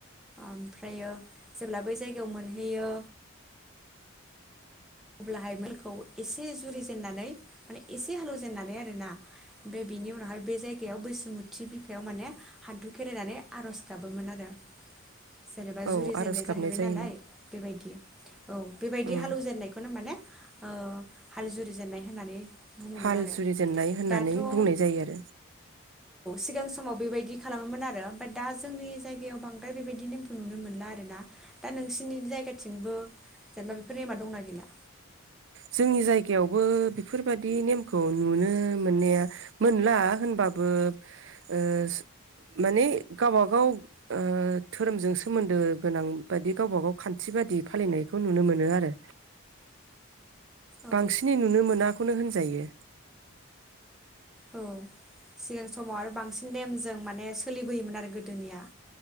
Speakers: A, in the centre; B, on the right (about 60°).
A: ओमफ्रायो जेब्ला बै जायगायाव मोनहैयो अब्लाहाय मोलखौ एसे जुरिजेननानै माने एसे हालौजेननानै आरोना बे बेनि उनावहाय बे जायगायाव बैसोमुथि बिखायाव माने हान्थु खेरायनानै आरज गाबोमोन आरो। जेनेबा
B: औ
A: जुरि
B: आर'ज
A: जेननाय
B: गाबनाय
A: जाहैबाय
B: जायोमोन
A: नालाय बेबायदि औ बेबायदि
B: उम
A: हालौ जेननायखौ माने ओ हाल जुरि जेननाय होननानै बुङोमोन
B: हाल
A: आरो
B: जुरिजेननाय होननानै
A: दाथ' औ
B: बुंनाय जायो आरो
A: सिगां समाव बेबायदि खालामोमोन आरो बोट दा जोंनि जायगायाव बांद्राय बेबायदि नेमखौ नुनो मोनला आरोना दा नोंसिनि जायगाथिंबो जेनेबा बेफोर नेमा दंना गैला?
B: जोंनि जायगायावबो बेफोरबादि नेमखौ नुनो मोननाया मोनला होनबाबो ओ माने गावबा गाव ओ धोरोमजों सोमोन्दो गोनां बादि गावबा गाव खान्थि बादि फालिनायखौ नुनो मोनो आरो।
A: औ
B: बांसिनै नुनो मोना खौनो होनजायो।
A: औ सिगां समाव आरो बांसिन नेमजों माने सोलिबोयोमोन आरो गोदोनिया।